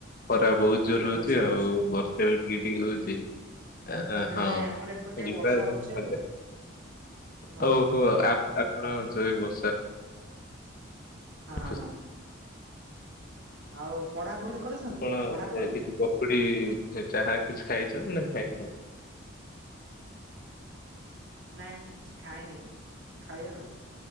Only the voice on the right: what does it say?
ଆଚ୍ଛା
ଆଚ୍ଛା
ନାଇଁ ଆମର ଏପଟେ ଟିକେ ବର୍ଷା ହଉଛି ଆଉ ହଁ ହଁ
ହଁ
ହଁ। ଆଉ ପଢାପଢି? କରିଛନ୍ତି
ପଢାପଢି
ନାଇଁ ମୁଁ କିଛି ଖାଇନହିଁ ଖାଇଏ ଆଉ।